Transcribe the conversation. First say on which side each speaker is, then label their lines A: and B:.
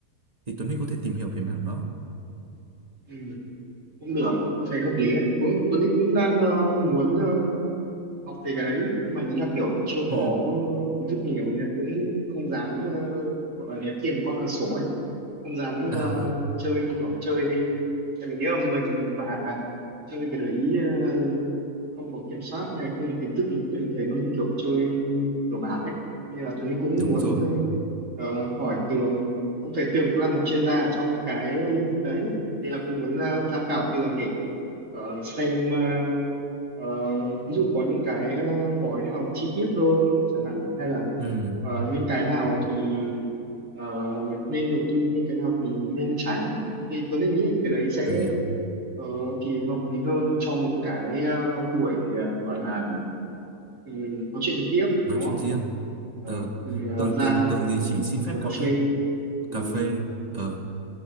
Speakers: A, on the right; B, on the right.
A: thì Tuấn Huy có thể tìm hiểu về mảng đó
B: ừ, cũng được cũng thấy hợp lý đấy cũng Tuấn Linh cũng đang ờ, muốn ờ, học về cái đấy nhưng mà ý là kiểu chưa có
A: ừ
B: kiến thức nhiều nên cũng không dám ờ, gọi là ném tiền qua cửa sổ ấy không dám
A: à
B: ờ, chơi như kiểu chơi đi tại vì nếu mà mình mà chơi cái đấy ờ, không có kiểm soát hay là không có kiến thức thì thấy thấy nó như kiểu chơi cờ bạc ấy nên là Tuấn cũng
A: đúng
B: muốn
A: rồi
B: ờ, hỏi Tường cũng thấy Tường cũng là một chuyên gia ở trong cái lĩnh vực đấy nên là cũng muốn ờ, tham khảo Tường để ờ, xem ờ, ờ, ví dụ có những cái ờ, gói nào chi tiết hơn chẳng hạn hay là
A: ừ
B: ờ, những cái nào thì ờ, nên đầu tư những cái nào thì nên tránh thì Tuấn Linh nghĩ là cái đấy sẽ
A: Tường hiểu
B: ờ, thì hợp lý hơn cho một cái ờ, buổi ờ, gọi là ừ, nói chuyện trực tiếp
A: nói
B: đúng không
A: chuyện riêng
B: Ờ,
A: ừ.
B: mình ờ,
A: Tường
B: ra
A: Tường Tường thì
B: ừ,
A: chỉ xin phép
B: ngồi cà
A: có
B: phê rồi
A: cà phê Ờ